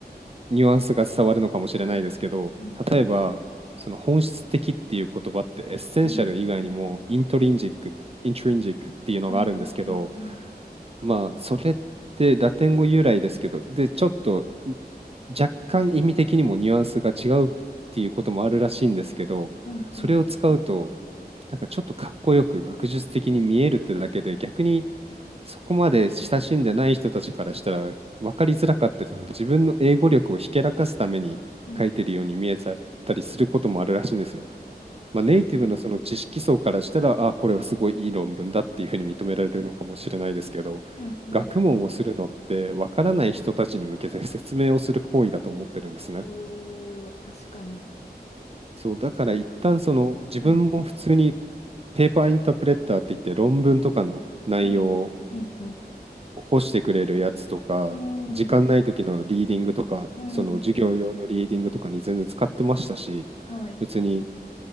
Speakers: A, on the right; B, on the left.
A: ニュアンスが伝わるのかもしれないですけど、
B: うん、うん、
A: 例えば、その本質的っていう言葉ってエッセンシャル以外にもイントリンジック、
B: うん、
A: イントリンジックっていうのがあるんですけど、
B: うん、うん、うん、うん、うん、
A: まあ、それってラテン語由来ですけど、で、ちょっと若干意味的にもニュアンスが違うっていうこともあるらしいんですけど、
B: うん、
A: それを使うと、
B: うん、
A: なんかちょっとかっこよく学術的に見えるってだけで、逆にそこまで親しんでない人たちからしたら分かりづらかったり、その自分の英語力をひけらかすために書いてるように見えちゃったりすることもあるらしいんですよ。
B: うん、
A: まあ、ネイティブのその知識層からしたら、あ、これはすごいいい論文だっていうふうに認められるのかもしれないですけど、
B: うん、うん。
A: 学問をするのってわからない人たちに向けて説明をする行為だと思ってるんですね。
B: おー、確かに。
A: そう、だから一旦その自分も普通に
B: うん、うん。
A: ペーパーインタープレッターって言って論文とかの内容を
B: はい。うん、うん、
A: 起こしてくれるやつとか、
B: うん、
A: 時間ない時のリーディングとか、
B: うん。
A: その授業用のリーディングとかに全然使ってましたし、
B: はい。
A: 別に